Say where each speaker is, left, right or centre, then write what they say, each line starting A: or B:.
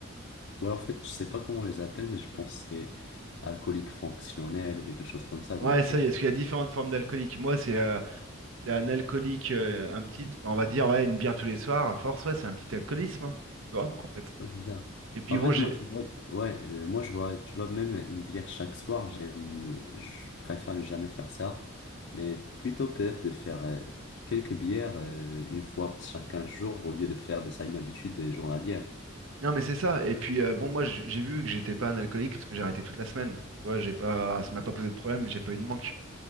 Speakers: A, on the left; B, on the right.
A: Ouais, en fait, je sais pas comment on les appelle, mais je pense que c'est alcoolique fonctionnel ou quelque chose comme ça, donc...
B: Ouais, ça
A: euh,
B: y est, parce qu'il y a différentes formes d'alcoolique. Moi, c'est euh, c'était un alcoolique, euh, un petit, enfin, on va dire, ouais, une bière tous les soirs, à force, ouais, c'est un petit alcoolisme, hein, tu vois, en fait.
A: Ouais, c'est ça.
B: Et puis
A: En
B: bon,
A: fait,
B: j'ai.
A: moi, je vois... Ouais, euh, moi, je vois, tu vois, même une bière chaque soir, j'aime... Je préfère ne jamais faire ça, mais plutôt peur de faire euh, quelques bières euh, une fois chaque 15 jours au lieu de faire de ça une habitude journalière.
B: Non, mais c'est ça. Et puis euh, bon, moi, j'ai j'ai vu que j'étais pas un alcoolique parce que j'ai arrêté toute la semaine. Tu vois, j'ai pas, ça m'a pas posé de problème, j'ai pas eu de manque.